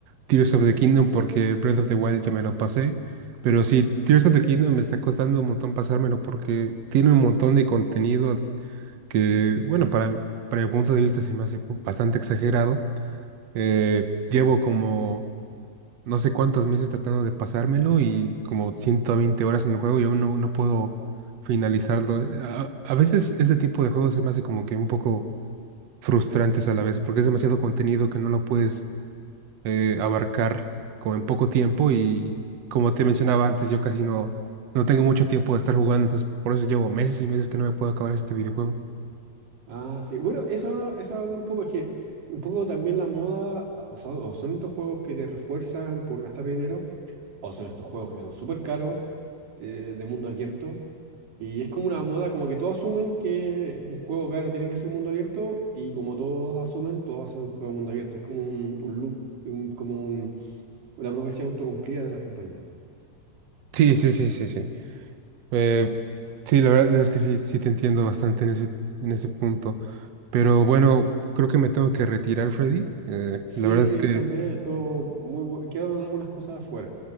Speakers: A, on the right; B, on the right.
A: Tears of the Kingdom porque Breath of the Wild ya me lo pasé. Pero sí, Tears of the Kingdom me está costando un montón pasármelo porque tiene un montón de contenido que, bueno, para, para mi punto de vista se me hace bastante exagerado. Eh, llevo como no sé cuántos meses tratando de pasármelo y como 120 horas en el juego y aún no, no puedo finalizarlo. A, a veces este tipo de juegos se me hace como que un poco frustrantes a la vez, porque es demasiado contenido que no lo puedes eh, abarcar como en poco tiempo y como te mencionaba antes, yo casi no, no tengo mucho tiempo de estar jugando, entonces por eso llevo meses y meses que no me puedo acabar este videojuego.
B: Ah, sí. Bueno, eso, no- eso habla un poco, es que un poco también la moda, o sea, o son estos juegos que te refuerzan por gastar dinero, o son estos juegos que son súper caros, eh, de mundo abierto. Y es como una moda, como que todos asumen que un juego caro tiene que ser mundo abierto, y como todos asumen, todos hacen un juego mundo abierto. Es como un, un loop, un- como un- una profecía autocumplida de las compañías.
A: Sí, sí, sí, sí, sí. Eh, sí, la verdad es que sí, sí te entiendo bastante en ese, en ese punto. Pero bueno, creo que me tengo que retirar, Freddy. Eh,
B: Sí,
A: la verdad es que
B: yo también, estuvo muy bu- Quedaron algunas cosas afuera.